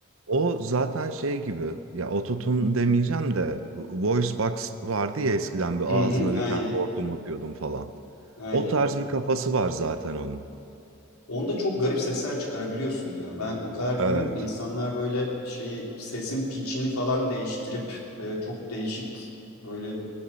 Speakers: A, on the right (about 65°); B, on the left (about 85°).
A: O zaten şey gibi ya ototun demeyeceğim de voice box vardı ya eskiden bir
B: Hı
A: ağzına
B: hı, aynen.
A: bir tane hortum atıyordum falan.
B: Aynen.
A: O tarz bir kafası var zaten onun.
B: Onda çok garip sesler çıkarabiliyorsun ya. Ben o kadar
A: Evet.
B: bilmiyorum da insanlar böyle şeyi sesin pitch'ini falan değiştirip e, çok değişik böyle